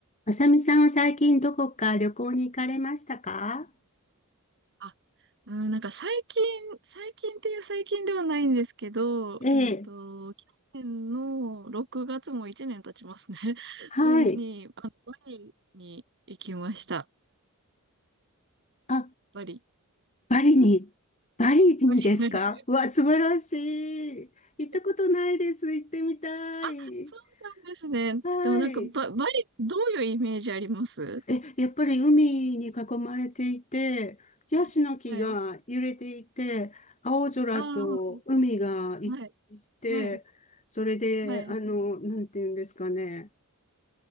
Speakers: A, on the left; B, on the right.
A: あさみさんは最近どこか旅行に行かれましたか
B: あ、うん、なんか最近、最近っていう最近ではないんですけど、
A: ええ、
B: えっと、去年の6月も1年経ちますね。<laughs>
A: はい。
B: うん、に、あの、バリに行きました。
A: あ、
B: バリ。
A: バリに。バリにですかうわ、
B: バリ
A: 素晴らしい。行ったことないです。
B: <laughs>
A: 行ってみたい。
B: あ、そうなんですね。
A: はい。
B: でもなんかバ、バリ、どういうイメージあります
A: え、やっぱり海に囲まれていて、ヤシの木が揺れていて、
B: はい。はい。
A: 青空と海が一致して、
B: ああ、はい。はい。
A: それで、
B: はい。
A: あの、なんていうんですかね。